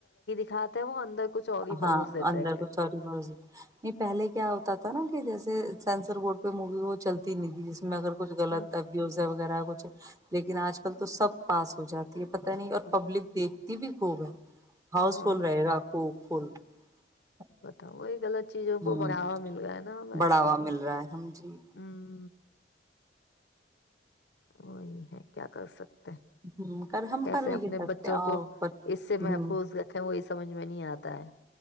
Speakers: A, on the left; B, on the right.
A: کاتے ہیں وہ اندر کچھ اور ہی
B: ہاں
A: پروس دیتے
B: اندر
A: ہیں پھر
B: تو تھو ب نہیں پہلے کیا ہوتا تھا نا کہ جیسے سینسر بورڈ پہ مووی وہ چلتی نہیں تھی جس میں اگر کچھ
A: ہاں
B: غط طبیز ہے وغیرہ پچے لیکن آج کل تو سب پاس ہو جاتا پتا نہیں اور
A: بتاؤ
B: پبلک دیکھتی بھی ہوگا ہاؤس
A: ہاں
B: فل رہے گا او فل <unintelligible>
A: بتاؤ یہ غط چیزوں
B: ہ
A: کو بڑھاوا مل گا ہے نا ویسے
B: بڑھاوا
A: تو
B: مل رہا ہے ہم جی
A: ہ وہی ہے کیا کر سکتے
B: ہ کر ہم
A: کیسے
B: کر بھی
A: اپنے
B: کہہ سکتے
A: بچوں
B: ہیں اور
A: کو اس سے
B: ہ
A: محفوظ رکھیں وہی سمجھ میں نہیں آتا ہے